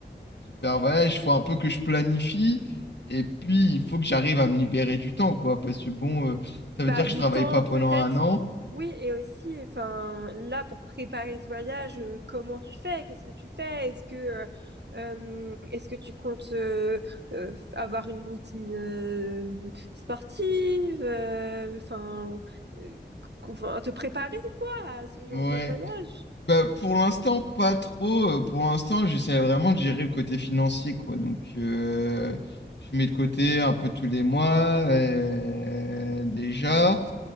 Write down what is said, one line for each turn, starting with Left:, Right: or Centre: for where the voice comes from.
Left: Faire voyage, il faut un peu que je planifie et puis il faut que j'arrive à me libérer du temps, quoi. Parce que bon, euh, ça veut
Right: Bah,
Left: dire que
Right: du
Left: je travaille
Right: temps
Left: pas pendant
Right: peut-être,
Left: un an.
Right: oui, et aussi, enfin, là, pour préparer ce voyage, euh, comment tu fais? Qu'est-ce que tu fais? Est-ce que, euh, euh, est-ce que tu comptes euh, euh, avoir une routine euh, sportive? euh, Enfin, euh, qu- enfin, te préparer, quoi, à ce genre
Left: Ouais.
Right: de voyage?
Left: Bah, pour l'instant, pas trop. Euh, Pour l'instant, j'essaie vraiment de gérer le côté financier, quoi. Donc, euh, je mets de côté un peu tous les mois, euh, déjà.